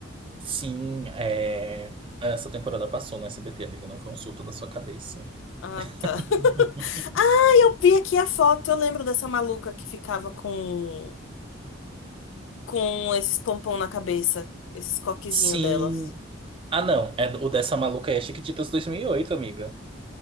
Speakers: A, on the right; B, on the left.
A: Sim, é... essa temporada passou no SBT, amiga, não foi um surto da sua cabeça.
B: Ah,
A: <laughs>
B: tá. <laughs> Ah, eu vi aqui a foto, eu lembro dessa maluca que ficava com com esses pompom na cabeça, esses coquezinhos
A: Sim.
B: delas.
A: Ah, não, é o dessa maluca é Chiquititas dois mil e oito amiga.